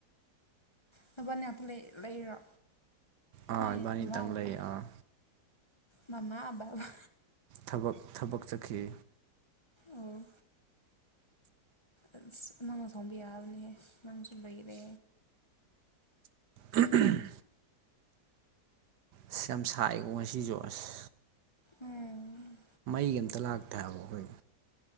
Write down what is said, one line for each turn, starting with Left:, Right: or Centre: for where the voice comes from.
Left: ꯅꯕꯅꯦ ꯑꯄꯨ ꯂꯩ ꯂꯩꯔꯣ
Right: ꯑꯥ
Left: ꯅꯣꯏ
Right: ꯏꯕꯥꯅꯤꯇꯪ
Left: ꯃꯃꯥ ꯕꯕꯥ
Right: ꯂꯩ ꯑꯥ
Left: ꯃꯃꯥ ꯑꯕꯥꯕ
Right: ꯊꯕꯛ ꯊꯕꯛ ꯆꯠꯈꯤ
Left: ꯑꯣ ꯑꯁ ꯅꯪꯅꯁꯣꯡꯕ ꯌꯥꯕꯅꯦꯍꯦ ꯅꯪꯁꯨ ꯂꯩꯔꯦ
Right: ꯎꯝ ꯎꯝ ꯏꯁ ꯌꯥꯝ ꯁꯥꯏꯀꯣ ꯉꯁꯤ ꯖꯣ ꯑꯁ
Left: ꯎꯝ
Right: ꯐꯤ ꯑꯃꯝꯇ ꯂꯥꯛꯇꯦ ꯍꯥꯏꯕ ꯑꯩꯈꯣꯏ